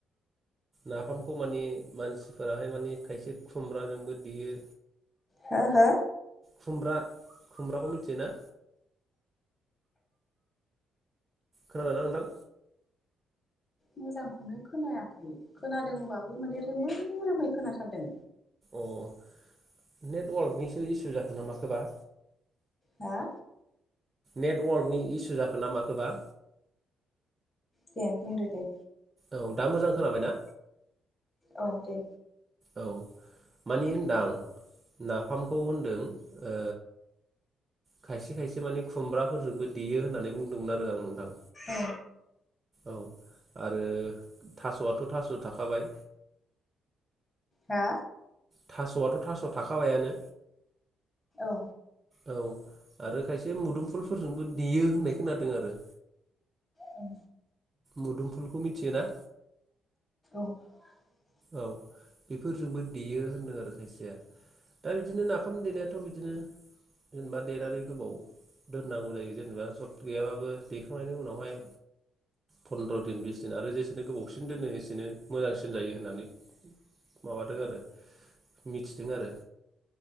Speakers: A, on the right (about 30°); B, on the left (about 25°).
A: नाफामखौ मानि मानसिफोराहाय माने खायसे खुमब्राजोंबो देयो
B: हो हो
A: खुमब्रा खुमब्राखौ मिथियोना खोनादोंना नोंथां
B: मोजांखौनो खोनायाखै खोनादोंबाबो माने रोमै रोमै खोनाथारदों
A: अ नेटवर्कनिसो इसु जाखो ना माखोबा
B: हा
A: नेटवर्कनि इसु जाखो ना माखोबा?
B: दे बुंदो दे
A: औ दा मोजां खोनाबायना?
B: औ दे
A: औ मानि होनदां नाफामखौ होनदों ओ खायसे खायसे माने खुमब्राफोरजोंबो देयो होननानै बुंदोंमोन आरो आं नोंथां
B: औ
A: औ आरो थास'आथ' थास' थाखाबाय
B: हा
A: थास'आथ' थास' थाखाबायानो
B: औ
A: औ आरो खायसे बे मोदोमफुलफोरजोंबो देयो होननाय खोनादों आरो
B: औ
A: मुदुमफुलखौ मिथियोना
B: <inaudible>
A: औ बेफोरजोंबो देयो होनदों आरो खायसेया दा बिदिनो नाफाम देनायाथ' बिदिनो जेनेबा देरनानै गोबाव दोननांगौ जायो जेनेबा सफ गैयाबाबो देखांनायनि उनावहाय फन्द्र' दिन बिस दिन आरो जेसेनो गोबावसिन दोनो एसेनो मोजांसिन जायो। होननानै माबादों आरो मिथिदों आरो